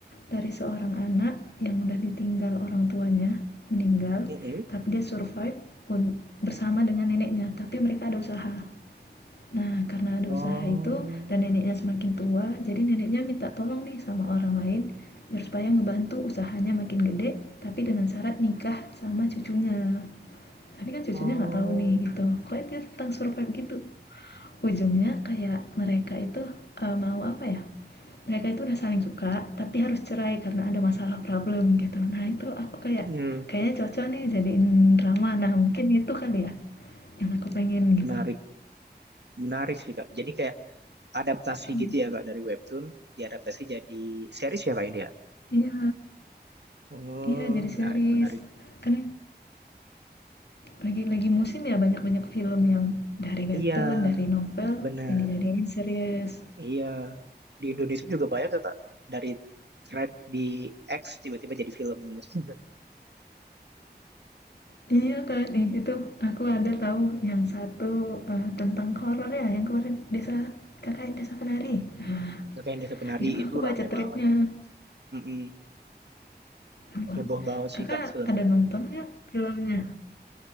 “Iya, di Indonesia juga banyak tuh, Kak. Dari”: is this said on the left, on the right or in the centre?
Right